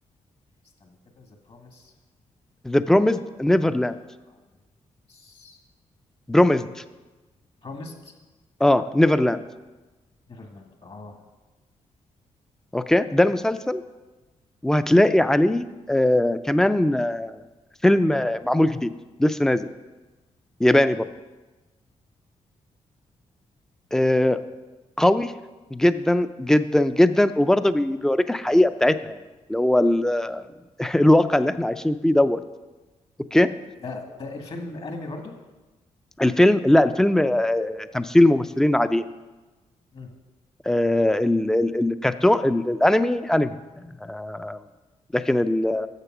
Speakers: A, on the left; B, in the centre.
A: استنى كده ذا بروميس
B: ذا بروميسد
A: اصبر
B: نيفرلاند
A: كده ذا بروميس
B: بروميسد
A: بروميسد
B: اه نيفرلاند
A: نيفرلاند اه
B: اوكي ده المسلسل وهتلاقي عليه آه كمان آه فيلم آه، معمول جديد لسه نازل ياباني برضه آه قوي جدا جدا جدا وبرضه بي- بيوريك الحقيقة بتاعتنا يعني اللي هو ال- <laughs> الواقع اللي احنا عايشين فيه دوت اوكي
A: ده ده الفيلم انمي برضو
B: والفيلم لا الفيلم آه تمثيل ممثلين عاديين
A: امم
B: آه ال- ال- الكرتون ال- الانمي انمي آه لكن ال-